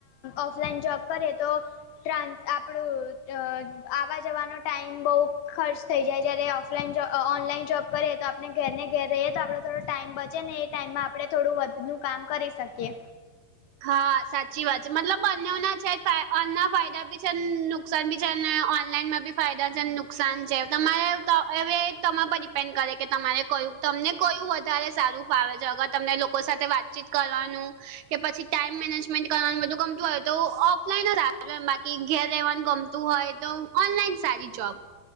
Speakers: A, on the left; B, on the right.
A: ઓફલાઇન જોબ કરયે તો ટ્રાન્સ આપણું આવા જવાનો ટાઈમ બઉ ખર્ચ થઈ જાય. જ્યારે ઓફલાઈન અ ઓનલાઈન જોબ કરે તો આપ આપણે ઘરને ઘેર રહીએ તો આપડો થોડો ટાઈમ બચે ને. એ ટાઈમમાં આપણે થોડું વધું કામ કરી શકીએ.
B: હા સાચી વાત છે. મતલબ બંને ના છે એના ફાયદાબી છે. નુકસાન બી છે. અને ઓનલાઈનમાં બી ફાયદા છે. નુકસાન છે. તમારે અવે તહ ડીપેડ કરે કે તમારે કયું, તમને કયું વધારે સારું ફાવે છે. અગર તમને લોકો સાથે વાતચીત કરવાનું. કે પછી. ટાઈમ કરવાનું બધું ગમતું હોય તો હું ઓફલાઈન બાકી ઘેર રહેેવાનું હોય તો. ઓનલાઈન સારી જોબ.